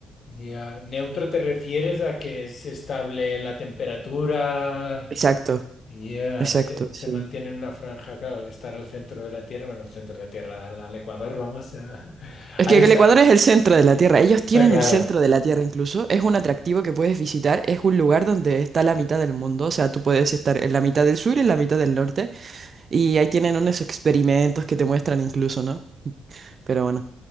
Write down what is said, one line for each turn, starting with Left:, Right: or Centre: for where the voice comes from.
Left: Ya neutro te refieres a que es estable la temperatura,
Right: Exacto,
Left: Y eh,
Right: exacto,
Left: se, se
Right: sí.
Left: mantiene en una franja, claro, al estar al centro de la Tierra, bueno, al centro de la Tierra, al, al Ecuador, vamos, a- <laughs>
Right: Es
Left: al
Right: que
Left: estar,
Right: el Ecuador es el centro de la Tierra. Ellos tienen
Left: está claro.
Right: el centro de la Tierra incluso. Es un atractivo que puedes visitar. Es un lugar donde está la mitad del mundo. O sea, tú puedes estar en la mitad del sur y en la mitad del norte. Y ahí tienen unos experimentos que te muestran incluso, ¿no? Pero bueno.